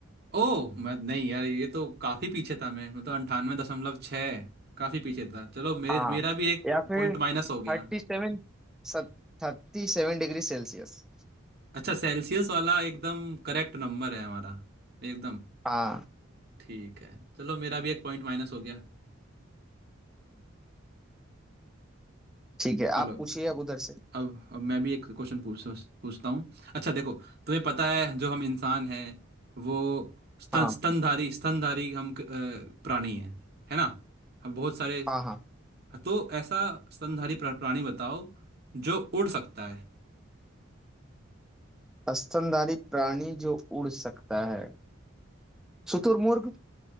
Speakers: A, on the right; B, in the centre.
A: ओह मैं नहीं यार ये तो काफी पीछे था मैं मतलब अंठानवे दशमलव छः काफी पीछे था चलो मेरे
B: हाँ
A: मेरा भी एक
B: या फिर
A: पॉइंट माइनस हो गया
B: थर्टी सेवन थर्टी सेवन डिग्री सेल्सियस
A: अच्छा सेल्सियस वाला एकदम करेक्ट नंबर है हमारा एकदम
B: हाँ
A: ठीक है चलो मेरा भी एक पॉइंट माइनस हो गया
B: ठीक है
A: चलो
B: आप पूछिए अब उधर से
A: अब अब मैं भी एक क्वेश्चन पूछ पूछता हूँ अच्छा देखो तुम्हें पता है जो हम इंसान हैं वो स्तन
B: हाँ
A: स्तनधारी स्तनधारी हम अ, प्राणी हैं है ना हम बहुत सारे
B: हाँ हाँ
A: तो ऐसा स्तनधारी प्रा- प्राणी बताओ जो उड़ सकता है
B: स्तनधारी प्राणी जो उड़ सकता है शुतुरमुर्ग